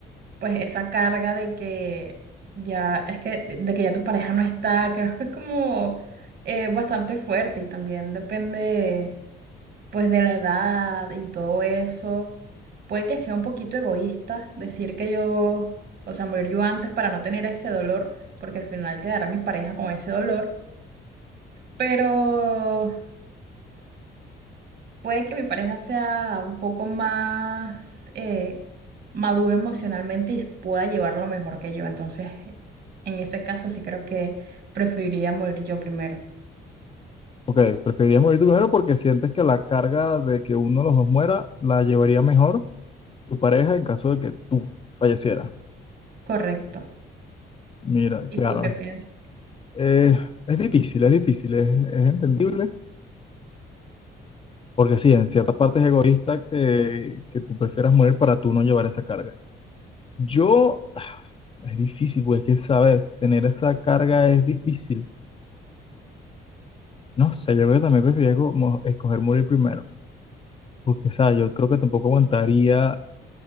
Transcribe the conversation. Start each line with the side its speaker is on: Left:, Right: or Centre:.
Right: pues esa carga de que ya es que de de que ya tu pareja no está, creo que es como eh, bastante fuerte y también depende pues de la edad y todo eso, puede que sea un poquito egoísta decir que yo, o sea, morir yo antes para no tener ese dolor, porque al final quedará mi pareja con ese dolor, pero puede que mi pareja sea un poco más eh, maduro emocionalmente y pueda llevarlo mejor que yo, entonces en ese caso sí creo que preferiría morir yo primero.
Left: ok, preferirías morir tú primero porque sientes que la carga de que uno de los dos muera la llevaría mejor tu pareja en caso de que tú fallecieras.
Right: Correcto.
Left: Mira,
Right: ¿Y
Left: claro,
Right: tú qué piensas?
Left: eh, es difícil, es difícil, es, es entendible, porque sí, en cierta parte es egoísta que, que tú prefieras morir para tú no llevar esa carga. Yo, ah, es difícil, pues es que, sabes, tener esa carga es difícil. No sé, yo creo que también preferiría como escoger morir primero, porque, o sea, yo creo que tampoco aguantaría